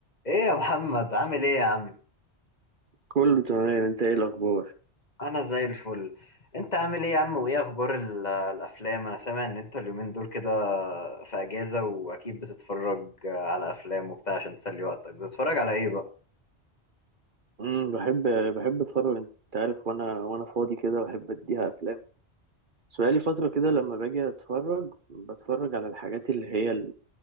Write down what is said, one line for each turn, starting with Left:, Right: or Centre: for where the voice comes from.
Left: ايه يا محمد عامل ايه يا عم
Right: كله تمام انت ايه الاخبار
Left: انا زي الفل انت عامل ايه يا عم وايه اخبار ال- الافلام انا سامع ان انت اليومين دول كده في اجازة واكيد بتتفرج على افلام وبتاع عشان تسلي وقتك بتتفرج على ايه بقى
Right: امم بحب بحب اتفرج انت عارف وانا وانا فاضي كده بحب اديها افلام بس بقالي فتره كده لما باجي اتفرج بتفرج على الحاجات اللي هي اللي